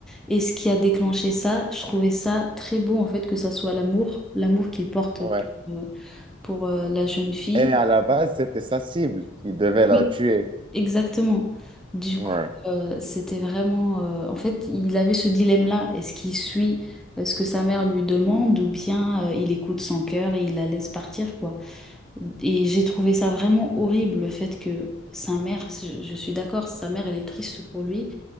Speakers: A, in the centre; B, on the right.
A: Et ce qui a déclenché ça, je trouvais ça très beau en fait, que ça soit l'amour, l'amour qu'il porte
B: Ouais.
A: pour, euh, pour, euh, la jeune fille.
B: Elle, à la base, c'était sa cible. Il devait la
A: Oui.
B: tuer.
A: Exactement. Du
B: Ouais.
A: coup, euh, c'était vraiment... euh, en fait, il avait ce dilemme-là. Est-ce qu'il suit euh, ce que sa mère lui demande ou bien euh, il écoute son cœur et il la laisse partir, quoi? Et j'ai trouvé ça vraiment horrible, le fait que sa mère, je, je suis d'accord, sa mère, elle est triste pour lui,